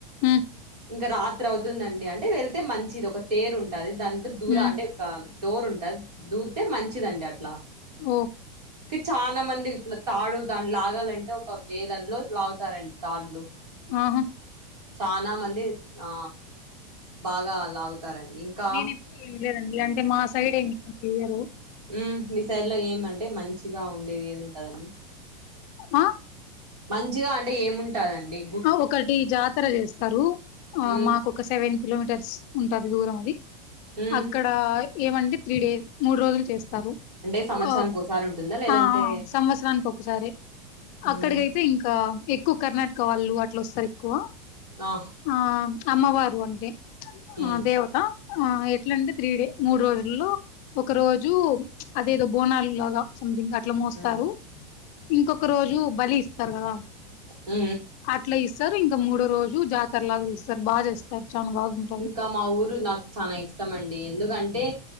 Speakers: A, on the left (about 35°); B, on the right (about 65°).
A: ఉమ్
B: ఇంక రాత్రి అవుతుందండి. అంటే వెళ్తే మంచిది ఒక తేరు ఉంటాది దాని దూర
A: ఉమ్,
B: అంటే డోర్ ఉంటాది దూరితే మంచిదండి అట్ల.
A: ఓ
B: కి చాన మంది ఇట్ల తాడు దాని లాగాలంటే ఒక వేలల్లో లాగుతారండి తాళ్లు
A: ఆహా
B: చనా మంది ఆ బాగా లాగుతారండి. ఇంకా
A: నేను ఎప్పుడు వినలేదండి అంటే మా సైడ్ ఏమి ఇట్ల చెయ్యరు.
B: మ్ మీ సైడ్ లో ఏమంటే మంచిగా ఉండేది ఏది ఉంటాదండి
A: ఆ
B: మంచిగా అంటే ఏముంటాదండి?
A: ఆ ఒకటి జాతర చేస్తారు, ఆ
B: ఉమ్
A: మాకు ఒక సెవెన్ కిలోమీటర్స్ ఉంటాది దూరం అది.
B: ఉమ్
A: అక్కడ, ఏమంటే త్రీ డేస్, మూడు రోజులు చేస్తారు.
B: అంటే సంవత్సరానికి
A: ఓ
B: ఒకసారి ఉంటుందా లేదంటే
A: ఆ ఆ సంవత్సరానికి ఒక సారే అక్కడికైతే
B: ఉమ్
A: ఇంక ఎక్కువ కర్ణాటక వాళ్ళు అట్ల వొస్తారు ఎక్కువ.
B: ఆ
A: ఆ అమ్మవారు అంటె
B: ఉమ్
A: ఆ దేవత ఆ ఇ ఎట్లంటే త్రీ డే మూడు రోజుల్లో, ఒక రోజు అదేదో బోనాలు లాగ సంథింగ్ అట్ల మోస్తారు,
B: ఉమ్
A: ఇంకొక రోజు బలి ఇస్తారు కదా
B: మ్
A: అట్ల ఇస్తారు, ఇంక మూడు రోజు జాతర లాగ చేస్తారు బాగా చేస్తారు చాన బాగున్
B: ఇంక మా ఊరు నాకు చాన ఇష్టం అండి. ఎందుకంటే,